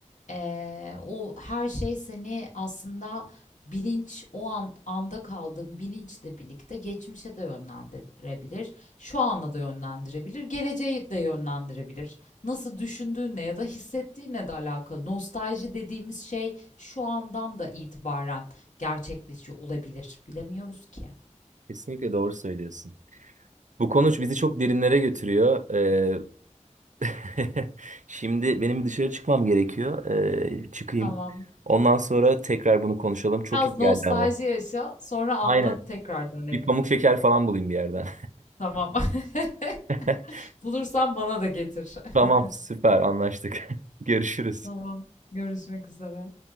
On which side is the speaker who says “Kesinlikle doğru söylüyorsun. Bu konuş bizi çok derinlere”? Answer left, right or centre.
Right